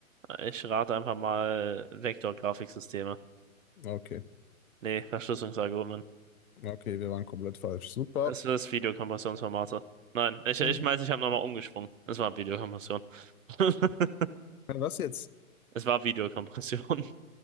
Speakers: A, on the right; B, on the left.
A: ich rate einfach mal Vektorgrafiksysteme.
B: Okay,
A: Nee, Verschlüsselungsalgorithmen.
B: okay, wir waren komplett falsch. Super.
A: Es ist Videokompressionsformate. Nein, ich, ich
B: <laughs>
A: meine, ich habe nochmal umgesprungen. Es war Videokompression. <laughs>
B: Was jetzt?
A: Es war Videokompression.